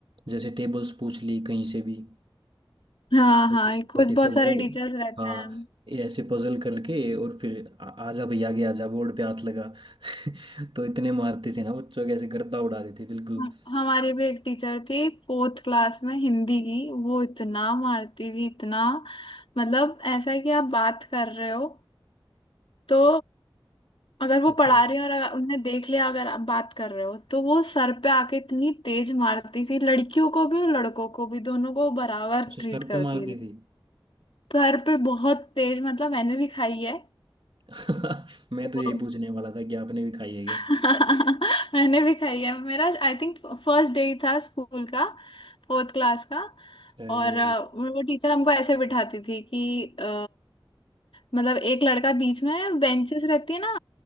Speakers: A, on the right (about 70°); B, on the left (about 80°).
A: जैसे टेबल्स पूछ ली कहीं से भी
B: हाँ
A: <laughs>
B: हाँ कुछ
A: होते
B: बहुत
A: थे
B: सारे
A: वो
B: टीचर्स रहते
A: हाँ
B: हैं
A: ये ऐसे पजल करके और फिर आ- आजा भैया आगे आजा बोर्ड पे हाथ लगा <laughs> तो इतने मारते थे ना बच्चों के ऐसे गर्दा उड़ा देते बिल्कुल
B: हम- हमारी भी एक टीचर थी फोर्थ क्लास में हिंदी की वो इतना मारती थी इतना मतलब ऐसा है कि आप बात कर रहे हो तो अगर वो
A: अच्छा
B: पढ़ा रही हो और अगर उनने देख लिया अगर आप बात कर रहे हो तो वो सर पे आके इतनी तेज मारती थी लड़कियों को भी और लड़कों को भी दोनों को बराबर
A: अच्छा
B: ट्रीट
A: सर
B: करती
A: पे मारती
B: थी
A: थी
B: सर पे बहुत तेज मतलब मैंने भी खाई है
A: <laughs> मैं
B: तो
A: तो यही पूछने वाला था कि आपने भी खाई है क्या
B: <laughs> मैंने भी खाई है मेरा आई थिंक फर्स्ट डे ही था स्कूल का फोर्थ क्लास का
A: अरे
B: और अ, वो टीचर हमको ऐसे बिठाती थी कि अ, मतलब एक लड़का बीच में बेंचेस रहती है ना